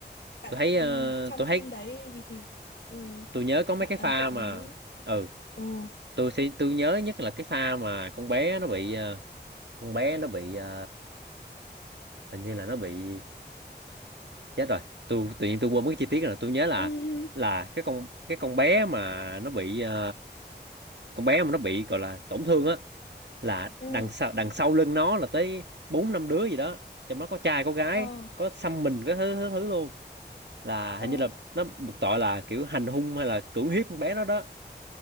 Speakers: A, on the left; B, on the right.
A: bạn
B: tôi thấy ờ,
A: ừm, trong
B: tôi thấy
A: phim đấy vì thì ừm,
B: tôi nhớ có mấy
A: bạn
B: cái
A: ấn
B: pha
A: tượng
B: mà
A: với
B: ừ
A: ồ
B: tôi sẽ tôi nhớ nhất là cái pha mà con bé nó bị ờ, con bé nó bị ờ, hình như là nó bị chết rồi tôi tự nhiên tôi quên mất cái chi tiết rồi tôi nhớ là
A: <laughs> ừ
B: là cái con cái con bé mà nó bị ờ, con bé mà nó bị gọi là tổn thương á là
A: ừ
B: đằng sau đằng sau lưng nó là tới bốn năm đứa gì đó trong đó có trai có gái
A: ờ
B: có xăm mình cái thứ thứ thứ luôn là
A: ờ
B: hình như là nó buộc tội là kiểu hành hung hay là cưỡng hiếp con bé đó đó